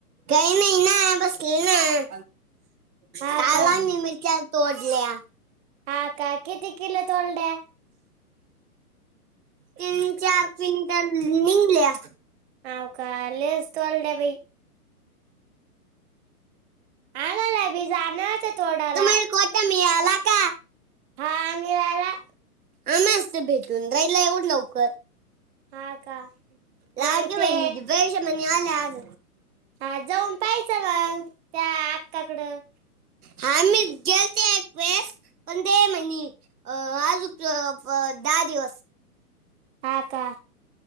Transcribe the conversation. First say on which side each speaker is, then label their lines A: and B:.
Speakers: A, on the right (about 70°); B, on the right (about 40°).
A: काही महिना बस घ ना
B: हा
A: कालाी
B: का
A: मिरच्या तोडल्या.
B: हा का किती किलो तोंड्या.
A: तीन चार क्विंटल निघल्या.
B: अवका लज तोलडेवही. आणायला बी जाणार होतं तोडाला
A: तुम्हाला कोठ मिळाला का.
B: हा आम्हीला.
A: ह मस्त भेटून राहिला एवढं लवकर.
B: ह का
A: लाडके
B: मग
A: बहिणीचे
B: ते.
A: पैसे म्हणे आले आज
B: हा जाऊन पाहिचं मग त्या अक्काकडं.
A: हा मी गेलती एक वेळेस. पण ते म्हनी अ आज दहा दिवस.
B: हा का.